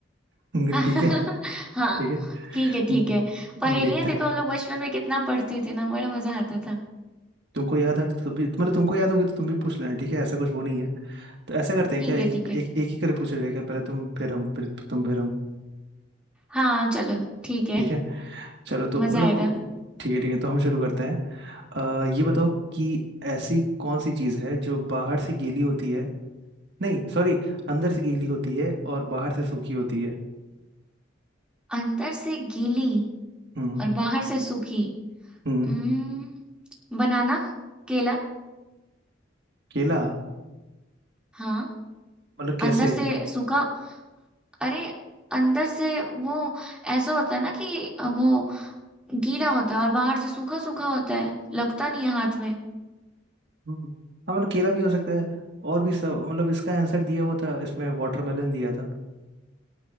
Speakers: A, on the right; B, in the centre.
A: <laughs>
B: <laughs>
A: ठीक है
B: हाँ
A: ठीक है
B: ठीक
A: हम्म,
B: है ठीक है पहेलियां
A: हम्म, देखते
B: देखो
A: हैं
B: हम लोग बचपन में कितना पढ़ते थे ना बड़ा मजा आता था
A: तुमको याद है तो तुम भी मतलब तुमको याद होगी तो तुम भी पूछ लेना ठीक है ऐसा कुछ वो नहीं है तो ऐसा करते हैं
B: ठीक
A: क्या एक
B: है ठीक
A: एक एक,
B: है
A: एक ही करके पूछा जाएगा पहले तुम फिर हम फिर तुम फिर हम
B: हाँ चलो ठीक है
A: ठीक है चलो तो
B: मजा
A: मतलब
B: आएगा
A: कु- ठीक है ठीक है तो हम शुरू करते हैं अ, ये बताओ कि ऐसी कौन सी चीज़ है जो बाहर से गीली होती है नहीं सॉरी अंदर से गीली होती है और बाहर से सूखी होती है
B: अंदर से गीली
A: हम्म
B: और बाहर से सूखी
A: हम्म
B: हम्म बनाना केला
A: केला
B: हाँ
A: मतलब कैसे
B: अंदर से सूखा अरे अंदर से वो ऐसा होता है ना कि वो गीला होता है और बाहर से सूखा सूखा होता है लगता नहीं है हाथ में
A: हम्म हाँ मतलब केला भी हो सकता है और भी सब मतलब इसका आंसर दिया हुआ था इसमें वाटरमेलन दिया था